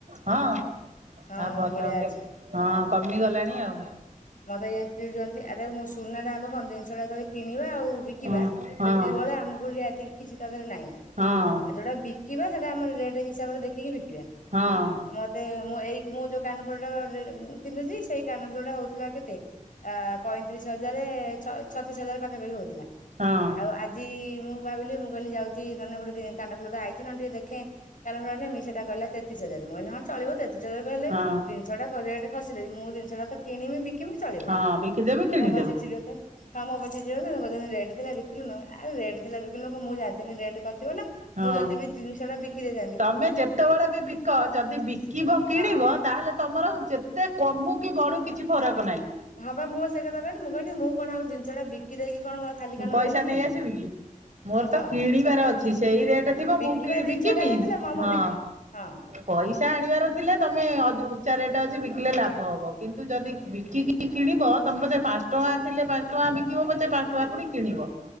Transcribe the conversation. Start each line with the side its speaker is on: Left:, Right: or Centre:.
Right: ହଁ।
Left: ହଁ
Right: ଆଉ ଭଲ,
Left: ବଢିଆ ଅଛି
Right: ହଁ କମିଗଲାଣି ଆଉ।
Left: ମତେ ଇଏ ଚିଡୁଛନ୍ତି ଆରେ ମୁଁ ସୁନାଟା ଆମେ କଣ, ଜିନିଷଟା ଯେତେବେଳେ କିଣ ଣିବା ଆଉ ବିକିବା
Right: ହଁ
Left: ସେତିକି
Right: ହଁ।
Left: ବେଳେ ଆମକୁ ରିହାତି କିଛି କାଗଜ ନହିଁ
Right: ହଁ
Left: ଆଉ ଯୋଉଟା ବିକ ବିକିବା ସେଇଟା ଆମର ରେଟ୍ ହିସାବରେ ଦେଖିକି ବିକିବା,
Right: ହଁ।
Left: ମତେ ମୁଁ ଏଇ ମୁଁ ଯୋଉ କାନ ଫୁଲଟା ପିନ୍ଧୁଛି ସେଇ କାନ ଫୁଲଟା ହଉଥିଲା। ଅ ପଇଁତିରିଶ ହଜାର ଛତିଶ ହଜାର ପାଖାପାଖି ହଉଥିଲା।
Right: ହଁ
Left: ଆଉ ଆଜି ମୁଁ ଭାବିଲି ମୁଁ କହିଲି ଯାଉଛି ନହେଲେ ଗୋଟେ ଦି କାନଫୁଲ ତ ଆଇଛି ନ ଟିକେ ଦେଖି- ଖେ କାନଫୁଲ ନେମି ସେଟା କହିଲା ତେତିଶ ହଜାର ମୁଁ କହିଲି ହଁ ଚଳିବ ଦେ - ଯଉ କହିଲେ
Right: ହଁ
Left: ଜିନିଷ ଟା ହେଲେ ଜିନିଷଟା ରେଟ୍ ଖସିଲେ ମୁଁ ଜିନିଷଟା ତ କିଣିବି ବିକିମି ଚଳିବ।
Right: ହଁ ବିକିଦେମି କିଣିଦେମି
Left: <unintelligible> ଚିଲର ନାହିଁ। ରେଟଥିଲା ବିକିଲୁ ନୁ ଆଉ ରେଟ୍ ଥିଲା ଵିକୁ - କେମିତି କଣ ମୁଁ ଜାଣିଥିଲି ରେଟ କ - ମୁଁ
Right: ହଁ।
Left: ଯଦି ବି ଜିନିଷଟା ବିକି ଦେଇଥାନ୍ତୀ।
Right: ତମେ ଯେତେବେଳେ ବି ବିକ ଯଦି ବିକିବ କିଣିବ
Left: ହଁ।
Right: ତାହେଲେ ତମର ଯେତେ କମୁ କି ବଢୁ କିଛି। ଛି ଫରକ ନାହିଁ।
Left: ହଁ ବା ମୁଁ ସେଇ କଥା କହିଲି ମୁଁ କହିନି ମୁଁ କଣ ଆଉ ଜିନିଷ ଟା ବିକି ଦେଇକି କଣ ଖାଲି କାନ
Right: ପଇସା
Left: କରି ବୁଲିଥାନ୍ତି।
Right: ନେଇ ଆସିବି କି ମୋର ତ
Left: ହଁ
Right: କିଣିବାର
Left: ଆଉ ତ
Right: ଅଛି ସେଇ ରେଟ ଥିବ
Left: ବିକିବା
Right: ମୁଁ କିଣି
Left: ଜିନିଷଟା
Right: ବିକିବି
Left: ହେଇଥିଲେ ମୁଁ
Right: ହଁ।
Left: ବିକି ହଁ
Right: ପଇସା ଆଣିବାର ଥିଲେ ତମେ ଅଜୁ - ରେଟ ଅଛି ବିକିଲେ ଲାଭ ହବ କିନ୍ତୁ ଯଦି ବିକିକି କିଣିବ ତମେ ପାଛେ ପାଞ୍ଚ ଟଙ୍କା ଥିଲେ ପାଞ୍ଚ ଟଙ୍କା- ବିକିବ ପଛେ ପାଞ୍ଚ ଟଙ୍କା ପୁଣି କିଣିବ